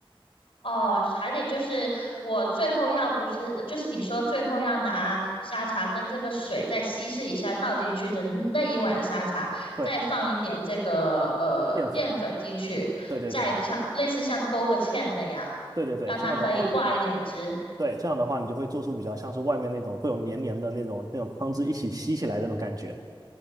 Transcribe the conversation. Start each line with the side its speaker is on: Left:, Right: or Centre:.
Left: 哦，还得就是我最后要不是，就是你说最后要拿沙茶跟这个水再稀释一下倒进去的那一碗沙茶，
Right: 对，
Left: 再放一点这个呃淀粉进去，
Right: 淀粉，对对对
Left: 再像类似像勾个芡那样，
Right: 对对对，
Left: 让它可以挂一点汁。
Right: 这样的话。对，这样的话你就会做出比较像是外面那种会有黏黏的那种那种汤汁一起吸起来的那种感觉。